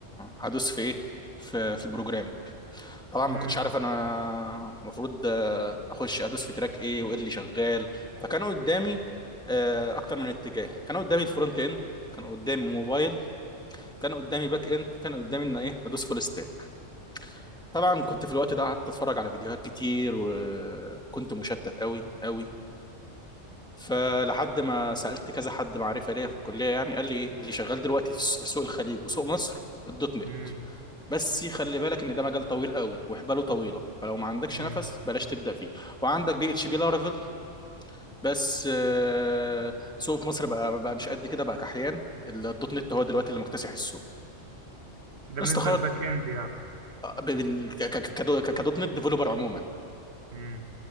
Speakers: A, in the centre; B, on the right.
A: هدوس في ايه في في البروجرامنج طبعا ما
B: امم
A: كنتش عارف انا المفروض آه، اخش ادوس في تراك ايه وايه اللي شغال فكانوا قدامي آه، اكتر من اتجاه كان قدامي الفرونت اند كان قدامي موبايل كان قدامي باك اند كان قدامي ان ايه ادوس فول ستاك طبعا كنت في الوقت ده قعدت اتفرج على فيديوهات كتير وكنت مشتت قوي قوي فلحد ما سألت كذا حد معرفة ليا في الكلية يعني قال لي ايه اللي شغال دلوقتي في في سوق الخليج وسوق مصر الدوت نت
B: امم
A: بس خلي بالك ان ده مجال طويل قوي وحباله طويلة فلو ما عندكش
B: امم
A: نفس بلاش تبدأ فيه وعندك بي اتش بي لارافيل بس آه، سوق في مصر بقى بقى مش قد كده بقى كحيان الدوت نت هو دلوقتي اللي مكتسح السوق
B: ده
A: استخرت
B: بالنسبة للباك اند
A: آه، ب- من- ك- ك- كدو- كدوت نت ديفلوبر عموما
B: يعني